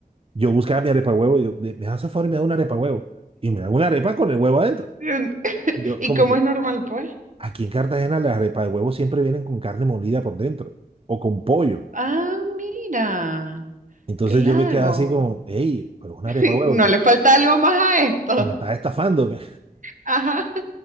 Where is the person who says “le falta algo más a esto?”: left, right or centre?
Right